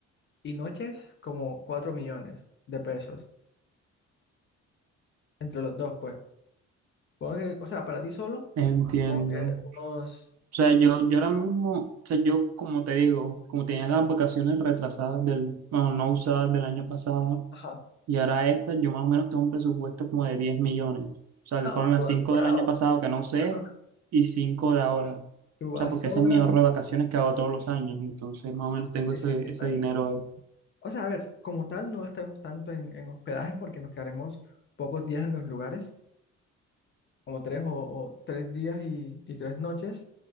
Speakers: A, on the left; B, on the right.
A: y noches como 4 millones de pesos entre los dos, pues. Supongo que, o sea, para ti solo.
B: Entiendo.
A: como que unos,
B: O sea, yo, yo ahora mismo, o sea, yo como te digo, como tenía las vacaciones retrasadas del, bueno, no usadas del año pasado,
A: ajá,
B: y ahora estas, yo más o menos tengo un presupuesto como de 10 millones. O sea,
A: no,
B: que fueron las
A: tú vas
B: 5
A: sobrado,
B: del año pasado que no usé
A: <laughs>
B: y 5 de ahora. O
A: tú vas
B: sea, porque
A: sobradito.
B: ese es mi ahorro de vacaciones que hago todos los años. Entonces, más o menos tengo
A: Sí,
B: ese,
A: sí, sí, está
B: ese
A: bien.
B: dinero.
A: O sea, a ver, como tal, no estaremos tanto en, en hospedajes porque nos quedaremos pocos días en los lugares, como tres o, o tres días y, y tres noches,